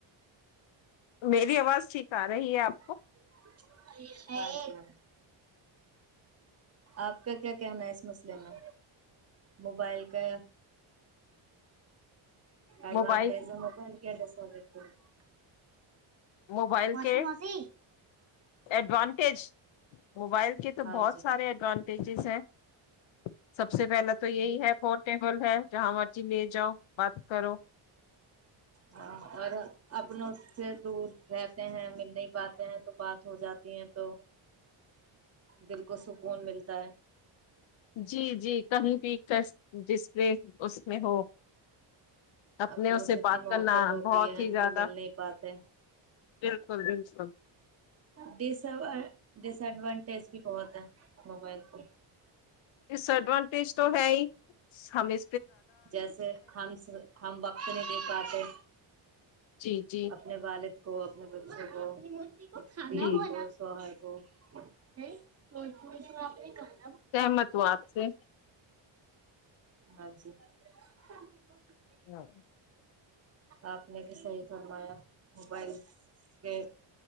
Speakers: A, on the left (about 65°); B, on the right (about 30°).
A: میری آواز ٹھیک آ رہی ہے اب
B: <inaudible> آپ کا کیا کہنا ہے اس مسئلے میں موبائل کا ایڈوانٹیج
A: موبائل
B: موبائل کیا <unintelligible>
A: موبائل
B: موسی
A: کے
B: موسی
A: ایڈوانٹیج موبائل کے تو
B: ہاں
A: بہت
B: جی
A: سارے ایڈوان <unintelligible> سب سے پہلا تو یہی ہے فون ٹیبل ہے جہاں مرضی لے جاؤ بات کرو
B: ہاں اور اپنوں سے دور رہتے ہیں مل نہیں پاتے ہیں تو بات ہو جاتی ہیں تو دل کو سکون ملتا ہے
A: جی جی کہیں بھی جس میں اس میں ہو اپنے
B: اپنوں
A: اس سے
B: اتنی
A: بات
B: محبت
A: کرنا
B: ہوتی
A: بہت
B: ہے
A: ہی زیادہ
B: ہم مل نہیں پاتے
A: بالکل بلکل
B: ڈس ڈس ایڈوانٹیج بھی بہت ہے موبائل کی
A: ڈس ایڈوانٹیج تو ہے ہی ہمیں
B: جیسے ہم ہم وقت نہیں دے پاتے
A: جی جی
B: اپنے والد کو اپنے بچوں کو اپنی بیوی
A: جی
B: کو شوہر کو <unintelligible>
A: سہمت ہو آپ سے
B: ہاں جی <inaudible>
A: ہاں
B: آپ نے بھی صحیح فرمایا موبائل کے